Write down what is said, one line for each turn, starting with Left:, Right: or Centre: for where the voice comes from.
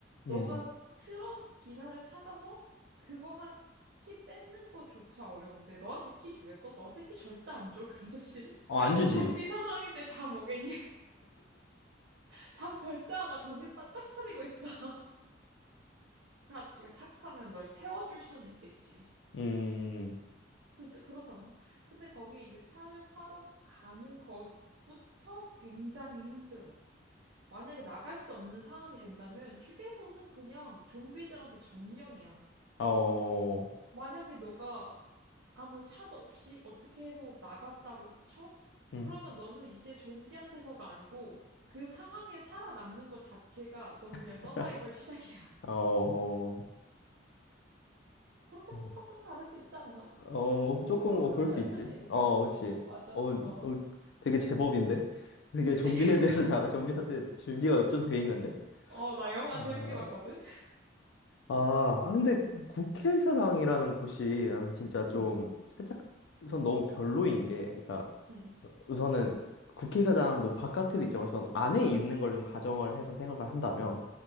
Left: 음.
Right: 너가 트럭 기사를 찾아서 그거 한, 키 뺏는 거조차 어려운데 너한테 키 주겠어? 너한테 키 절대 안 줘, 그 아저씨. <laughs>
Left: 어,
Right: 야,
Left: 안
Right: 너
Left: 주지.
Right: 좀비 상황인데 잠 오겠냐? 잠 절대 안 와. 정신 바짝 차리고 있어. <laughs> 그 아저씨가 착하면 널 태워줄 수는 있겠지.
Left: 음.
Right: 그죠? 그렇잖아. 근데 거기 이제 차를 타러 가는 것부터 굉장히 힘들어. 만약에 나갈 수 없는 상황이 된다면 휴게소는 그냥 좀비들한테 점령이야.
Left: 어.
Right: 만약에 너가 아무 차도 없이 어떻게 해서 나갔다고 쳐?
Left: 음.
Right: 그러면 너는 이제 좀비한테서가 아니고 그 상황에 살아남는 것 자체가 넌 그냥
Left: <laughs>
Right: 서바이벌 <laughs> 시작이야.
Left: 어.
Right: 그렇게
Left: 어,
Right: 생각하면 좀 다를 수 있지 않나?
Left: 어, 뭐
Right: 뭐
Left: 조금
Right: 이건
Left: 뭐
Right: 각자
Left: 그럴 수
Right: 의견이니까.
Left: 있지. 어, 그렇지.
Right: 어, 맞아.
Left: 어, 어,
Right: 어.
Left: 되게 제법인데. 되게
Right: 그지?
Left: 좀비에
Right: <laughs>
Left: 대해서 잘 좀비 사태 준비가 좀 돼 있는데.
Right: 어, 나 영화
Left: 아,
Right: 재밌게 봤거든? <laughs>
Left: 아, 아, 근데 국회의사당이라는 곳이 나는 진짜 좀
Right: 응,
Left: 살짝 우선 너무 별로인 게, 그러니까
Right: 응,
Left: 우선은 국회의사당 뭐 바깥에도 있지만 우선 안에 있는 걸 좀 가정을 해서 생각을 한다면